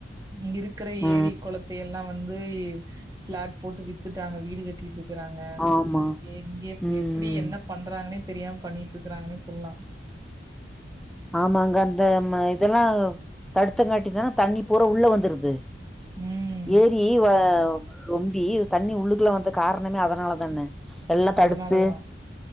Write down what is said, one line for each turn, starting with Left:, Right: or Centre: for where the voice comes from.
Right: இங்க இருக்குற
Centre: ஆ
Right: ஏரி கொளத்த எல்லா வந்து ஒய் ஃபிளாட் போட்டு வித்துட்டாங்க வீடு கட்டிட்டு இருக்காங்க
Centre: ஆமா
Right: எங்க
Centre: ம்
Right: எப்டி
Centre: ம்
Right: என்ன பண்றாங்கன்னே தெரியாம பண்ணிட்டு இருக்குறாங்கன்னே சொல்லலா
Centre: ஆமாங்க அந்த இதெல்லா தடுத்தங்கட்டி தானா தண்ணி பூரா உள்ள வந்துடுது
Right: ம்
Centre: ஏரி வ ரொம்பி தண்ணி உள்ளுக்குல வந்த காரணமே அதனாலதான எல்லாந்
Right: அதனாலதா
Centre: தடுத்து